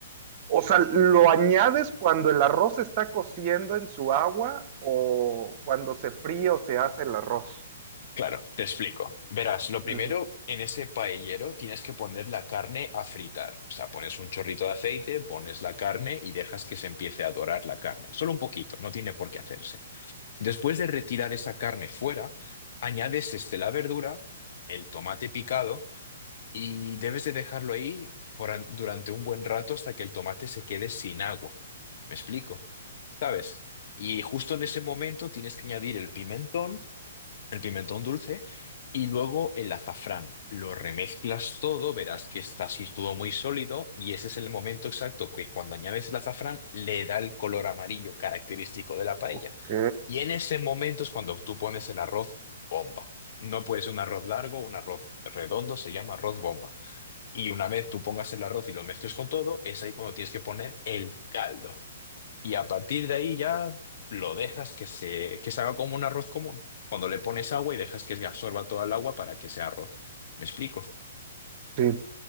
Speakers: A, on the right; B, on the left.
A: O sea, ¿lo añades cuando el arroz está cociendo en su agua o cuando se fríe o se hace el arroz?
B: Claro, te explico. Verás, lo primero,
A: Ujú.
B: en ese paellero tienes que poner la carne a fritar. O sea, pones un chorrito de aceite, pones la carne y dejas que se empiece a dorar la carne. Solo un poquito, no tiene por qué hacerse. Después de retirar esa carne fuera, añades este, la verdura, el tomate picado y debes de dejarlo ahí por an- durante un buen rato hasta que el tomate se quede sin agua. ¿Me explico? ¿Sabes? Y justo en ese momento tienes que añadir el pimentón, el pimentón dulce y luego el azafrán. Lo remezclas todo, verás que está así todo muy sólido y ese es el momento exacto que cuando añades el azafrán le da el color amarillo característico de la paella.
A: Ok,
B: Y en ese momento es cuando tú pones el arroz bomba. No puede ser un arroz largo, un arroz redondo, se llama arroz bomba. Y una vez tú pongas el arroz y lo mezcles con todo, es ahí cuando tienes que poner el caldo. Y a partir de ahí ya lo dejas que se, que se haga como un arroz común. Cuando le pones agua y dejas que absorba toda el agua para que sea arroz. ¿Me explico?
A: sí.